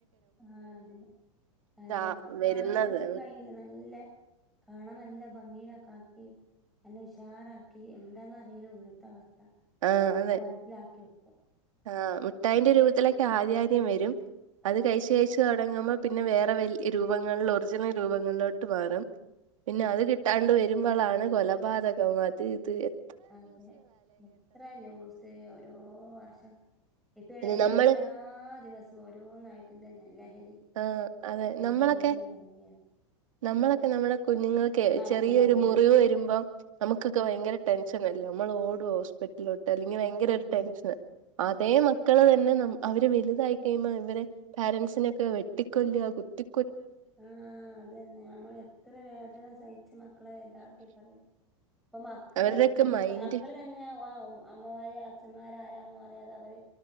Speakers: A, in the centre; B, on the right.
A: ആഹ് അതെ അതെ
B: ഇതാ
A: നമക്
B: വരുന്നത്
A: കാണാനു കൂടി കഴില്ല നല്ല കാണാൻ നല്ല ഭംഗിയിലെക്കെ ആക്കി അല്ല ഉഷാറാക്കി എ എന്താന്നറീല ഉള്ള്ത്തവസ്ഥ
B: ആഹ്
A: നല്ല
B: അതെ
A: പോളത്തിലാക്കിവയ്
B: ആഹ് മുട്ടായിന്റെ രൂപത്തിലൊക്കെ ആദ്യ ആദ്യം വെരും
A: ആഹ്
B: അത് കയിച്ച് കയിച്ച് തൊടങ്ങ്മ്പം പിന്നെ വേറെ വെൽ രൂപങ്ങള്ല് ഒറിജിനൽ രൂപങ്ങളിലോട്ട് മാറും പിന്നെ അത് കിട്ടാണ്ട് വരുമ്പളാണ് കൊലപാതകം അത് ഇത് എ
A: അതെ എത്ര ന്യൂസ് ഒരോ വർഷ ഇപ്പ ഇടെത്തെ
B: ഇത് നമ്മൾ
A: എല്ലാ ദിവസം ഓരോന്നായിട്ട് ഇതന്നെ ലഹരി
B: ആഹ് അതെ നമ്മളക്കെ
A: ലഹരി ലഹരിയ
B: നമ്മളൊക്കെ
A: ഉം
B: നമ്മളെ കുഞ്ഞങ്ങൾക്കെ
A: മയക്കുമരുന്ന്
B: ചെറിയെരു മുറിവ് വെരുമ്പം അമക്കൊക്കെ
A: ഉം
B: ഭയങ്കര ടെൻഷനല്ലെ നമ്മള് ഓടോസ് പ്പെട്ട്ലോട്ട് അല്ലെങ്കി ഭയങ്കരൊര്
A: ആഹ് അതെ
B: ടെൻഷന ആതേ
A: ആഹ്
B: മക്കള് ഇല്ലനം അവര് വല്തായി കഴിയുമ്പോ ഇവര് പാരൻസിനേ വെട്ടിക്കൊല്ലാ കുത്തി
A: ആഹ് അതന്നെ നമ്മള് എത്ര വേദന സഹിച്ച് മക്കളെ വല് ഇതാക്കി പറഞ്ഞ് ഇപ്പം മക്കള്
B: അവരുടെയൊക്കെ മൈൻഡ്
A: മക്കള് തന്നെ അമ്മമാര് അച്ഛന്മാര് ആരാന്ന് അതെ അവര്